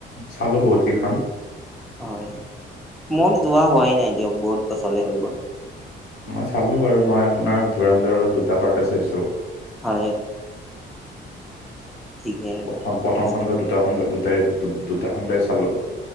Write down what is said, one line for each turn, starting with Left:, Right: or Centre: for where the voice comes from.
Left: চালো বহুত কিখন।
Centre: হয় মোৰো যোৱা হোৱাই নাই দিয়ক বহুত বছৰে হৈ গ'ল।
Left: মই চালো বাৰু মই আপোনাৰ ধোৰধৰৰ দুটা পাৰ্টে চাইছো।
Centre: হয়। ঠিকে
Left: প্ৰথম
Centre: ঠিকে
Left: প্ৰথম
Centre: আছে
Left: খণ্ড দুটা খণ্ড দুটাই দুটা খণ্ডই চালো।